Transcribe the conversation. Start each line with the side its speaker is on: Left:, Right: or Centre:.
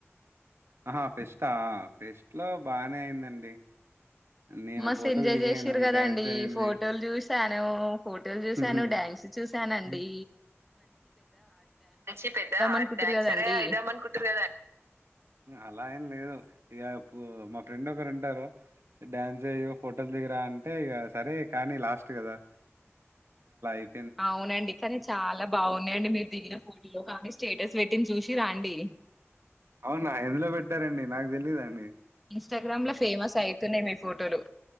Right: ఆహా ఫెస్ట్ా ఫెస్ట్ లో బానే అయిందండి నేను
Centre: మస్
Right: ఫోటోలు
Centre: ఎంజాయ్
Right: దిగాను
Centre: చేసారు కదాండి
Right: డ్యాన్స్ అయింది
Centre: ఫోటోలు చూసాను ఫోటోలు చూసాను
Right: హ్మ్
Centre: డ్యాన్స్ చూసాను అనండి
Right: హ్మ్. మంచి పెద్ద <unintelligible>
Centre: అనుకుంటుర్రు కదండీ.
Right: అయిద్దామనుకుంటుారు కద అలా ఇకప్పు మా ఫ్రెండ్ ఒకరు ఉంటారు డ్యాన్స్ చెయ ఫోటోలు దిగరా అంటే ఇక సరే కానీ లాస్ట్ కదా ఇక
Centre: అవునండి కానీ చాలా బాగున్నాయండి మీరు దిగిన ఫోటోలో కానీ స్టేటస్ పెట్టిన చూసి రండి
Right: అవునా ఎందులో పెట్టారండి నాకు తెలీదుండి
Centre: ఇన్స్టాగ్రామ్ లో ఫేమస్ అవుతున్నాయి మీ ఫోటోలు